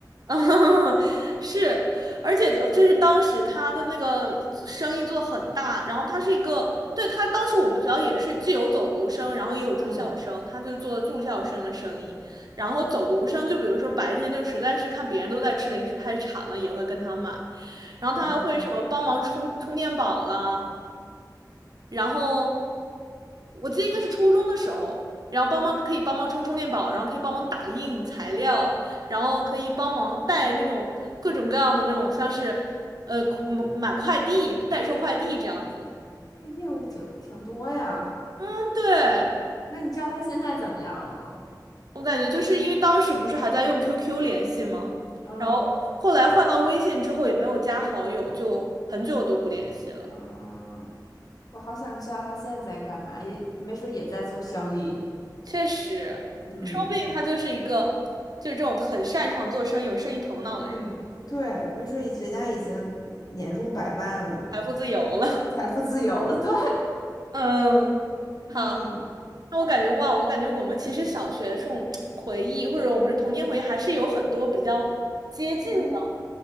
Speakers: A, on the right; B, on the left.
A: 啊，<laughs> 是，而且就就是当时他的那个生意做很大，然后他是一个，对，他当时我们学校也是既有走读生，然后也有住校生，
B: <laughs> 嗯
A: 他就做住校生的生意，然后走读生就比如说白天就实在是看别人都在吃零食太馋了，也会跟他买，然后他还会什么帮忙充充电宝啦，
B: 嗯，
A: 然后我记得应该是初中的时候，
B: 充电宝
A: 然后帮忙可以帮忙充充电宝，然后可以帮忙打印材料，然后可以帮忙带那种各种各样的那种像是呃买买快递、代收快递这样子。
B: 这业务挺挺多呀。
A: 嗯，对，
B: 那你知道他现在怎么样了吗？
A: 我感觉就是因为当时不是还在用 QQ 联系吗？
B: 嗯
A: 然后后来换到微信之后也没有加好友，就很久都不联系了。
B: 嗯，我好想知道他现在在干嘛，也没准也在做生意。
A: 确实，
B: 嗯
A: 说不定他就是一个就是这种很擅长做生意、有生意头脑的人。
B: 嗯，对，没准人家已经年入百万了。
A: 财富自由了。
B: 财富自由了，对。
A: <laughs> 嗯，好。
B: <laughs> 嗯。
A: 那我感觉哇，我感觉我们其实小学这种回忆，或者我们的童年回忆，还是有很多比较接近的
B: 嗯